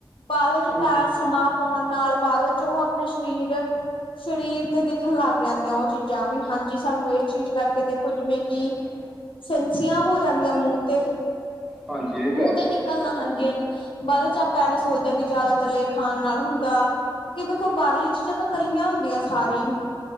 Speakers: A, on the left (about 85°); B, in the centre.
A: ਬਾਅਦ ਵਿੱਚ
B: ਹੂੰ ਹੂੰ
A: ਸਮਾ ਪਾਉਣ ਨਾਲ ਬਾਅਦ ਵਿੱਚ ਉਹ ਆਪਣੇ ਸਰੀਰ। ਸਰੀਰ ਤੇ ਦਿਖਣ ਲੱਗ ਜਾਂਦੀਆਂ ਉਹ ਚੀਜ਼ਾਂ ਵੀ ਹਾਂਜੀ ਸਾਨੂੰ ਇਸ ਚੀਜ਼ ਕਰਕੇ ਦੇਖੋ ਜਿਵੇਂ ਕਿ
B: ਹ।
A: ਸਸੀਆਂ ਹੋ ਜਾਂਦੀਆਂ ਮੂੰਹ ਤੇ।
B: ਹਾਂਜੀ
A: ਮੂੰਹ
B: ਇਹ ਤਾਂ ਹੈ
A: ਤੇ ਨਿਕਲਣਾ ਹਾਂਜੀ ਹਾਂਜੀ ਬਦਲ ਚਾਪ ਪੈਣਾ। ਸੋਚਦੇ ਕਿ ਜ਼ਿਆਦਾ ਤਲੇ ਖਾਣ ਨਾਲ ਹੁੰਦਾ ਕਿਉਂਕਿ ਵੇਖੋ ਬਾਹਰਲੀ ਚੀਜ਼ਾਂ ਤਾਂ ਤਲੀਆਂ। ਹੁੰਦੀਆਂ ਸਾਰੀ